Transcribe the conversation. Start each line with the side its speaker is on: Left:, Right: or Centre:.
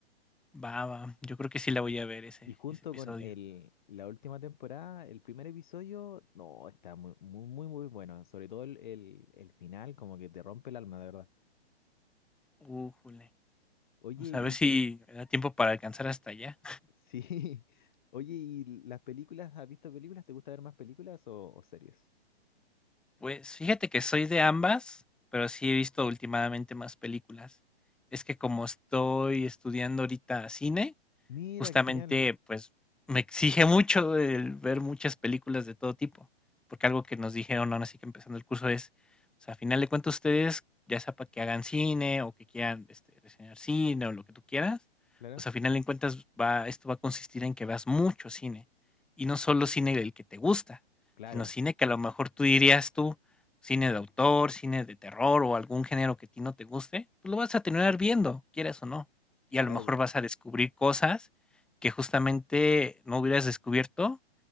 Centre: Va, va. Yo creo que sí la voy a ver ese,
Left: Y junto
Centre: ese episodio.
Left: con el, la última temporada, el primer episodio, no, está muy, muy, muy, muy bueno. Sobre todo el, el, el final, como que te rompe el alma, de verdad.
Centre: Újule.
Left: Oye,
Centre: Vamos a
Left: y
Centre: ver si me da tiempo para alcanzar hasta allá.
Left: sí, <laughs> oye, ¿y las películas? ¿Has visto películas? ¿Te gusta ver más películas o, o series?
Centre: Pues, fíjate que soy de ambas, pero sí he visto últimamente más películas. Es que como estoy estudiando ahorita cine,
Left: Mira,
Centre: justamente,
Left: qué genial.
Centre: pues, me exige mucho el ver muchas películas de todo tipo, porque algo que nos dijeron ahora sí que empezando el curso es, o sea, a final de cuentas ustedes, ya sea para que hagan cine o que quieran este, reseñar cine o lo que tú quieras,
Left: Claro.
Centre: pues a final de cuentas va, esto va a consistir en que veas mucho cine y no solo cine del que te gusta,
Left: Claro,
Centre: sino cine que a lo mejor tú dirías tú, cine de autor, cine de terror o algún género que a ti no te guste, pues lo vas a terminar viendo, quieras o no. Y
Left: claro,
Centre: a lo mejor vas a descubrir cosas que justamente no hubieras descubierto